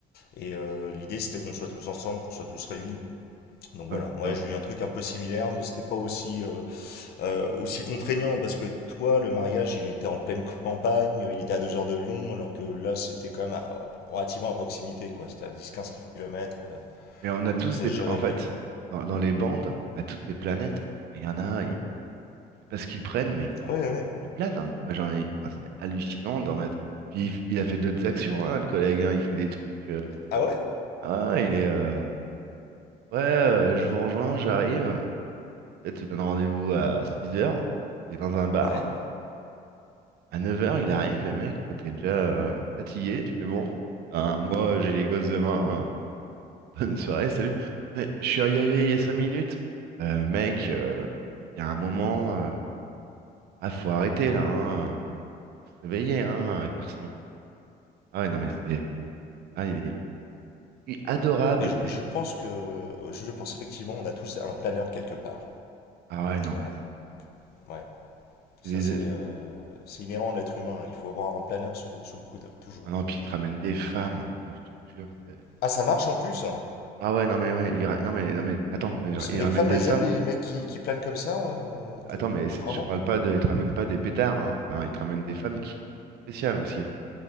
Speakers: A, on the left; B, on the right.
A: Et euh, l'idée, c'était qu'on soit tous ensemble, qu'on soit tous réunis. Donc
B: Ah,
A: voilà,
B: mais c'est
A: moi,
B: ça.
A: j'ai eu un truc un peu similaire, mais c'était pas aussi, euh, euh, aussi contraignant parce que toi, le mariage, il était en pleine campagne, il était à deux heures de Lyon, alors que là, c'était quand même à- relativement à proximité, quoi. C'était à dix quinze kilomètres, euh,
B: Mais on a tous
A: donc ça
B: des.
A: se gérait
B: En fait,
A: bien, quoi.
B: dans, dans les bandes, on a tous des planètes. hein. Enfin, Il y en a, ils... je sais pas ce qu'ils prennent, mais
A: Ah ouais, ouais.
B: ils planent. hein. Moi, j'en ai. enfin, c'est hallucinant d'en être. Puis il, f- il a fait d'autres actions, hein, le collègue. hein, Il fait des trucs. euh,
A: Ah ouais?
B: Ah, ouais, il est. euh, Ouais, euh, je vous rejoins, j'arrive. Là, Tu donnes rendez-vous à 6 heures. T'es dans un bar.
A: Ouais.
B: À neuf heures, il arrive, le mec, toi t'es déjà euh, fatigué, tu fais bon. Ben, moi j'ai les gosses demain, euh, <laughs> bonne soirée, salut. Mais je suis arrivé il y a 5 minutes. Euh, mec, euh, il y a un moment, euh, ah faut arrêter là, hein, euh, faut, faut se réveiller, hein, euh, garçon. Ah ouais, non mais c'est. Ah il est, il est adorable,
A: Mais je,
B: mais.
A: je pense que, je pense effectivement, on a tous un planeur quelque part.
B: Ah ouais, non
A: Voilà.
B: mais c'est.
A: Ouais. Ça,
B: c'est des-
A: c'est euh, c'est inhérent à l'être humain. Il faut avoir un planeur sous le, sous le coude, toujours.
B: Ah non, puis il te ramène des femmes, oh, je te jure, c'est.
A: Ah, ça marche en plus, hein.
B: Ah ouais, non mais ouais, il ra- non mais non mais attends, mais genre,
A: Parce
B: il
A: que les
B: ramène
A: femmes,
B: des
A: elles
B: femmes.
A: aiment les mecs qui, qui planent comme ça. euh,
B: Attends,
A: t'es-
B: mais c'est-
A: vraiment?
B: je te parle pas de. Il te ramène pas des pétards, hein. Enfin, il te ramène des femmes qui sont spéciales aussi. hein.